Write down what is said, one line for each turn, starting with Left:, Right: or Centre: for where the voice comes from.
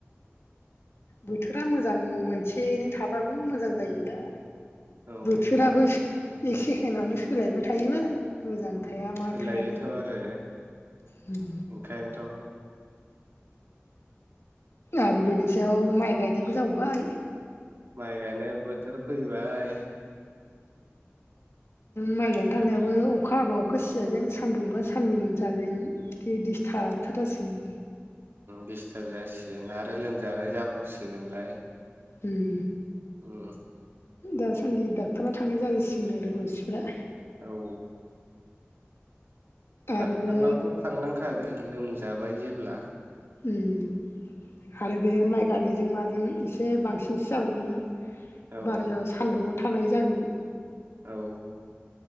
Left: बोथोरा मोजां मोनसेयैनो थाबाबो मोजां जायो दा
Right: औ
Left: बोथोराबो एक सेकेणडआवनो सोलायबाय थायोबा मोजां थाया मा
Right: सोलायोथ'
Left: थायानो
Right: आरो
Left: उम
Right: ओंखायनोथ'
Left: आरो बेनि सायाव माइ गायनायबो जाबावबायय
Right: माइ गायनाय बोथोर फैबाय
Left: माइजनो थांनायाबो अखा हाबा अखा सिजागोन सान्दुंबा सान्दुं जागोन बिदि दिडिस्थाबथार जासिगोन
Right: दिस्टाब जासिगोन आरो लोमजानाय जाखावसिगोनलाय
Left: उम
Right: उम
Left: दासान्दि डक्टरनाव थांनाय जाजोबसिगोन आरो मानसिफ्रा
Right: ओ डक्टारनावथ
Left: आरो बे
Right: थांनांखा खागोन लोमजाबाय जेब्ला
Left: उम आरो बे माइ गायनायजों माजों एसे बांसिनसो जाबावगोन ना
Right: औ
Left: बारायाव सान्दुंङआव थानाय जागोन
Right: औ